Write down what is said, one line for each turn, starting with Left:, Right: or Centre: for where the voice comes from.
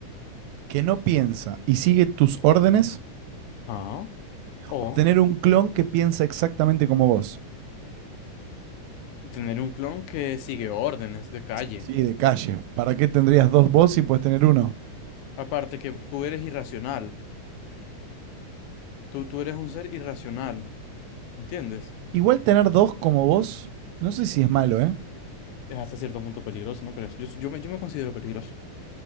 Right: que no piensa y sigue tus órdenes,
Left: Ah, o
Right: o tener un clon que piensa exactamente como vos.
Left: tener un clon que sigue órdenes de calle.
Right: Sí, de calle. ¿Para qué tendrías dos vos si puedes tener uno?
Left: Aparte que tú eres irracional. Tú, tú eres un ser irracional, ¿entiendes?
Right: Igual tener dos como vos, no sé si es malo, ¿eh?
Left: Es hasta cierto punto peligroso, ¿no crees? Yo, yo me, yo me considero peligroso.